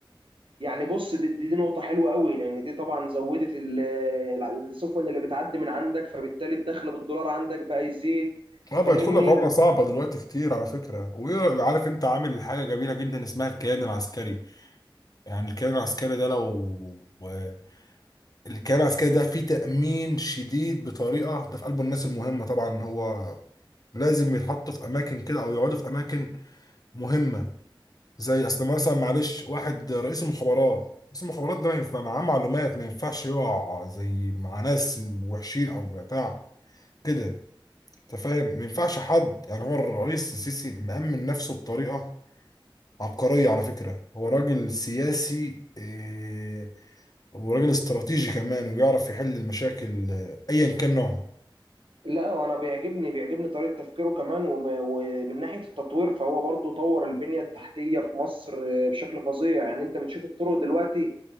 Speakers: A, on the right (about 75°); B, on the left (about 45°).
A: يعني بص دي, دي, دي نقطه حلوه قوي لان دي طبعا زودت ال- ال- السفن اللي بتعدي من عندك فبالتالي الدخل بالدولار عندك بقى يزيد
B: اه بيدخل
A: فاهمني
B: لك عملة
A: و...
B: صعبة دلوقتي كتير على فكرة وعارف انت عامل حاجة جميلة جدا اسمها الكيان العسكري يعني الكيان العسكري ده لو آه، الكيان العسكري ده فيه تأمين شديد بطريقة ده في قلبه الناس المهمة طبعا هو لازم يتحطوا في أماكن كده أو يقعدوا في أماكن مهمة زي أصل مثلا معلش واحد رئيس المخابرات رئيس المخابرات ده ما ينفع معاه معلومات ما ينفعش يقع زي مع ناس وحشين أو بتاع كده أنت فاهم ما ينفعش حد يعني هو الرئيس السيسي مأمن نفسه بطريقة عبقرية على فكرة هو راجل سياسي إيه، وراجل استراتيجي كمان وبيعرف يحل المشاكل آه، ايا كان نوعها
A: لا وانا بيعجبني بيعجبني طريقه تفكيره كمان وم... ومن ناحيه التطوير فهو برضو طور البنيه التحتيه في مصر آه، بشكل فظيع يعني انت بتشوف الطرق دلوقتي